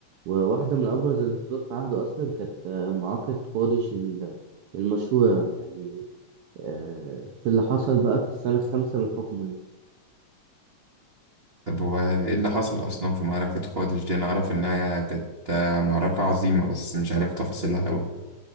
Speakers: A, on the right; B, on the right.
A: وواحدة من أبرز اللحظات في عهده أصلا كانت آه، معركة قادش ال- المشهورة يعني آه، في اللي حصل بقى في السنة الخامسة من حكمه يعني.
B: طب هو إيه اللي حصل أصلا في معركة قادش دي أنا أعرف إنها كانت معركة عظيمة بس مش عارف تفاصيلها أوي